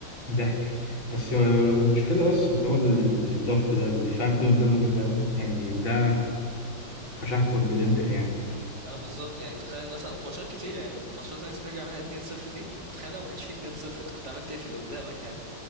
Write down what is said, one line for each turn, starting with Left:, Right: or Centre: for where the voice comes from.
Left: ضحك بس
Right: امم
Left: هو المشكلة بس اللي هو ال- ال- الضغط ده الدفاع بيكون قدام أوي فاهم يعني ده فشخكوا ضد الإنتر يعني
Right: اه بالظبط يعني تخيل مثلا وفي ماتشات كتيرة يعني ماتشات اللي انت بترجع منها 2-0 دي تخيل لو ما كانش فيه 2-0 انت كنت عملت ايه في اللي قدامك يعني